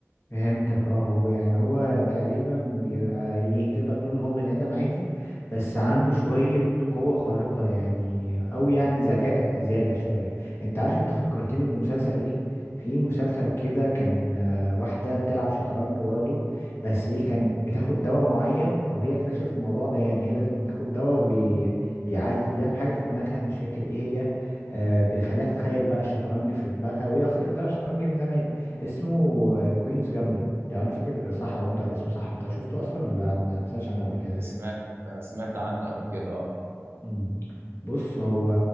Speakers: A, on the left; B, on the right.
A: فهمتك اه هو يعني هو تقريبا بيبقى ايه تقدر تقول ان هو بني ادم عادي بس عنده شوية قوة خارقة يعني او يعني ذكاء زيادة شوية انت عارف انت فكرتني بمسلسل ايه في مسلسل كده كان آه، واحدة بتلعب شطرنج برضو بس ايه كانت بتاخد دواء معين او هي اكتشفت الموضوع ده يعني هي لازم بتاخد دواء بي بيعلي بيعمل حاجة في دماغها مش فاكر ايه هي آه بيخليها تتخيل بقى الشطرنج في دماغها وهي اصلا كانت بتلعب شطرنج من زمان اسمه كوينز جامبت لو انا فاكر صح هو انت الاسم صح انت شفته اصلا ولا ما ما سمعتش عنه قبل كده
B: سمعت سمعت عنه قبل كده اه
A: مم. بص هو